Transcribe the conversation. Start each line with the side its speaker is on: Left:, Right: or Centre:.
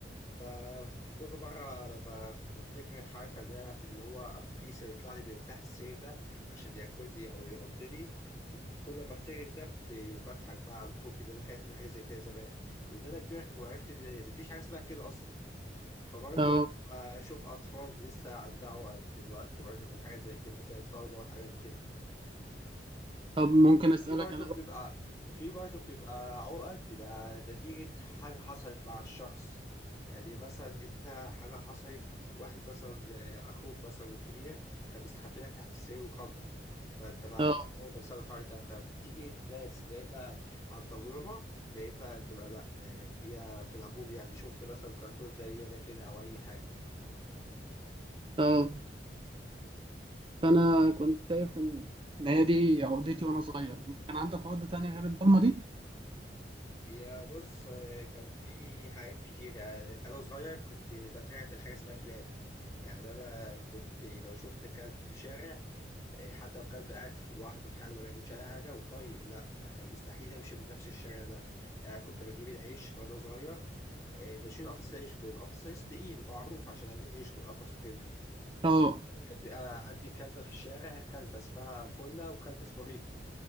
Left: ففي كل مرة لما كنت بفتكر الحركة اللي اللي هو أبكيس اللي يطلع لي من تحت السرير ده عشان ياكلني أو يعضني فكنت كل ما بفتكر ده كنت بضحك بقى على خوفي إن أنا خايف من حاجة زي كده زمان لأن أنا كبرت وعرفت إن مفيش حاجة اسمها كده أصلا فبرضه
Right: اه
Left: بشوف أطفال لسه على الدعوة دلوقتي برضه من حاجات زي كده زي الضربة والحاجات كده
Right: طب ممكن
Left: وفي
Right: اسالك
Left: برضه
Right: انا بقى
Left: بيبقى وفي برضه بيبقى عقد بيبقى نتيجة حاجة حصلت مع الشخص يعني مثلا أنت حاجة حصلت واحد مثلا آه، أخوك مثلا الكبير كان مستخبي لك تحت السرير وخضك فأنت بقى
Right: اه
Left: عندك عقدة بسبب الحوار ده فبتيجي ناس يا إما عن تجربة يا إما تبقى لأ آه، هي في العموم يعني شفت مثلا كرتون زي ده كده أو أي حاجة.
Right: اه فانا كنت شايف ان إن هي دي عقدتي وانا صغير إنت كان عندك عقده تانية غير الضلمه دي
Left: يا بص آه، كان في حاجات كتير آه، انا صغير كنت بترعب من حاجه اسمها كلاب يعني انا كنت لو شفت كلب في شارع آه، حتى لو كلب قاعد في- لوحده في حاله ما بيعملش اي حاجه وطيب لا آه، مستحيل امشي من نفس الشارع ده يعني كنت بجيب العيش وانا صغير آه، بشيل قفص عيش بيبقى قفص عيش تقيل معروف عشان عليه عيش في القفص وكده
Right: اه
Left: كان بيبقى عندي كلبه في الشارع كلبه اسمها فله وكلب اسمه ريكو